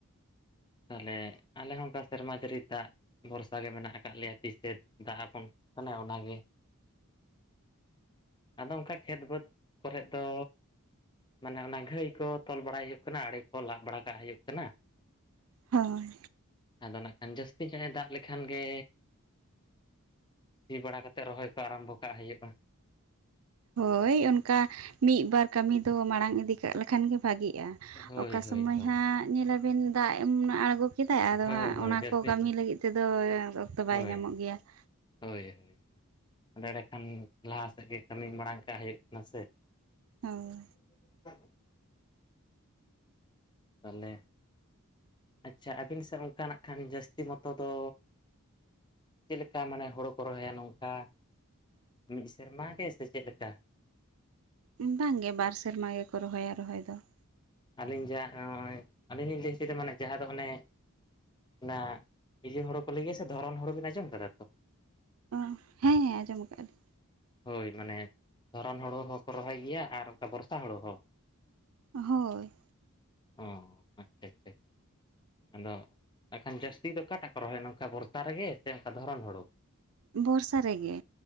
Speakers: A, on the left (about 20°); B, on the right (about 70°).
A: ᱛᱟᱦᱚᱞᱮ ᱟᱞᱮ ᱦᱚᱸ ᱚᱱᱠᱟ ᱥᱮᱨᱢᱟ ᱡᱟᱹᱲᱤ ᱫᱟᱜ ᱵᱷᱚᱨᱥᱟ ᱜᱮ ᱢᱮᱱᱟᱜ ᱟᱠᱟᱫ ᱞᱮᱭᱟ ᱾ ᱛᱤᱥᱮ ᱫᱟᱜ ᱟᱵᱚᱱ ᱠᱟᱱᱟ ᱚᱱᱟᱜᱮ ᱾ ᱟᱫᱚ ᱚᱱᱠᱟ ᱠᱷᱮᱛ ᱵᱟᱹᱫᱽ ᱠᱚᱨᱮᱜ ᱫᱚ ᱢᱟᱱᱮ ᱚᱱᱟ ᱜᱷᱟᱹᱭ ᱠᱚ ᱛᱚᱞ ᱵᱟᱲᱟᱭ ᱦᱩᱭᱩᱜ ᱠᱟᱱᱟ, ᱟᱲᱮ ᱠᱚ ᱞᱟᱜ ᱵᱟᱲᱟ ᱠᱟᱜ ᱦᱩᱭᱩᱜ ᱠᱟᱱᱟ ᱾
B: ᱦᱚᱭ ᱾
A: ᱟᱫᱚ ᱱᱟᱜ ᱠᱷᱟᱱ ᱡᱟᱹᱥᱛᱤ ᱪᱟᱜ ᱮ ᱫᱟᱜ ᱞᱮᱠᱷᱟᱱ ᱜᱮ ᱥᱤ ᱵᱟᱲᱟ ᱠᱟᱛᱮ ᱨᱚᱦᱚᱭ ᱠᱚ ᱟᱨᱟᱢᱵᱚ ᱠᱟᱜ ᱦᱩᱭᱩᱜᱼᱟ ᱾
B: ᱦᱳᱭ ᱚᱱᱠᱟ ᱢᱤᱫ ᱵᱟᱨ ᱠᱟᱹᱢᱤ ᱫᱚ ᱢᱟᱲᱟᱝ ᱤᱫᱤ ᱠᱟᱜ ᱞᱮᱠᱷᱟᱱ ᱜᱮ ᱵᱷᱟᱜᱤᱜᱼᱟ ᱾
A: ᱦᱳᱭ
B: ᱚᱠᱟ
A: ᱦᱳᱭ
B: ᱥᱚᱢᱚᱭ
A: ᱦᱳᱭ
B: ᱦᱟᱸᱜ ᱧᱮᱞᱟ ᱵᱤᱱ ᱫᱟᱜ ᱮᱢᱚᱱ ᱟᱬᱜᱚ ᱪᱮᱫᱟᱜ ᱟᱫᱚ
A: ᱦᱳᱭ
B: ᱦᱟᱸᱜ
A: ᱦᱳᱭ
B: ᱚᱱᱟ
A: ᱡᱟᱹᱥᱛᱤ
B: ᱠᱚ ᱠᱟᱹᱢᱤ ᱞᱟᱹᱜᱤᱫ ᱛᱮᱫᱚ ᱚᱠᱛᱚ ᱵᱟᱭ
A: ᱦᱳᱭ
B: ᱧᱟᱢᱚᱜ ᱜᱮᱭᱟ ᱾
A: ᱦᱳᱭ ᱦᱳᱭ ᱾ ᱮᱸᱰᱮ ᱠᱷᱟᱱ ᱞᱟᱦᱟ ᱥᱮᱫ ᱜᱮ ᱠᱟᱹᱢᱤ ᱢᱟᱲᱟᱝ ᱠᱟᱜ ᱦᱩᱭᱩᱜ ᱠᱟᱱᱟ ᱥᱮ ᱾
B: ᱦᱳᱭ ᱾
A: <unintelligible> ᱛᱟᱦᱚᱞᱮ ᱟᱪᱪᱷᱟ ᱟᱹᱵᱤᱱ ᱥᱮᱫ ᱚᱱᱠᱟ ᱱᱟᱜᱼᱠᱷᱟᱱ ᱡᱟᱹᱥᱛᱤ ᱢᱚᱛᱚ ᱫᱚ ᱪᱮᱫᱞᱮᱠᱟ ᱢᱟᱱᱮ ᱦᱩᱲᱩ ᱠᱚ ᱨᱚᱦᱚᱭᱟ ᱱᱚᱝᱠᱟ ᱢᱤᱫ ᱥᱮᱨᱢᱟ ᱜᱮ ᱥᱮ ᱪᱮᱫᱞᱮᱠᱟ ᱾
B: ᱵᱟᱝ ᱜᱮ ᱵᱟᱨ ᱥᱮᱨᱢᱟ ᱜᱮᱠᱚ ᱨᱚᱦᱚᱭᱟ ᱨᱚᱦᱚᱭ ᱫᱚ ᱾
A: ᱟᱹᱞᱤᱧ ᱡᱟᱦᱟᱸ ᱱᱚᱜᱼᱚᱭ ᱟᱹᱞᱤᱧ ᱞᱤᱧ ᱞᱟᱹᱭ ᱦᱚᱪᱚᱭᱫᱟ ᱢᱟᱱᱮ ᱡᱟᱦᱟᱸ ᱫᱚ ᱚᱱᱮ ᱚᱱᱟ ᱤᱭᱟᱹ ᱦᱳᱲᱳ ᱠᱚ ᱞᱟᱹᱭᱜᱮᱭᱟ ᱥᱮ ᱫᱷᱚᱨᱚᱱ ᱦᱳᱲᱳ ᱵᱤᱱ ᱟᱸᱡᱚᱢ ᱟᱠᱟᱫᱟ ᱛᱚ
B: ᱦᱮᱸ ᱦᱮᱸ ᱟᱡᱚᱢ ᱟᱠᱟᱫᱟ ᱞᱤᱧ
A: ᱦᱳᱭ ᱢᱟᱱᱮ ᱫᱷᱚᱨᱚᱱ ᱦᱩᱲᱩ ᱦᱚᱸᱠᱚ ᱨᱚᱦᱚᱭ ᱜᱮᱭᱟ ᱟᱨ ᱚᱱᱠᱟ ᱵᱚᱨᱥᱟ ᱦᱩᱲᱩ ᱦᱚᱸ
B: ᱦᱳᱭ
A: ᱚ ᱟᱪᱪᱷᱟ ᱟᱪᱪᱷᱟ ᱟᱫᱚ ᱮᱱᱠᱷᱟᱱ ᱡᱟᱹᱥᱛᱤ ᱫᱚ ᱚᱠᱟᱴᱟᱜ ᱠᱚ ᱨᱚᱦᱚᱭᱱᱟ ᱱᱚᱝᱠᱟ ᱵᱚᱨᱥᱟ ᱨᱮᱜᱮ ᱥᱮ ᱚᱱᱠᱟ ᱫᱷᱚᱨᱚᱱ ᱦᱩᱲᱩ
B: ᱵᱚᱨᱥᱟ ᱨᱮᱜᱮ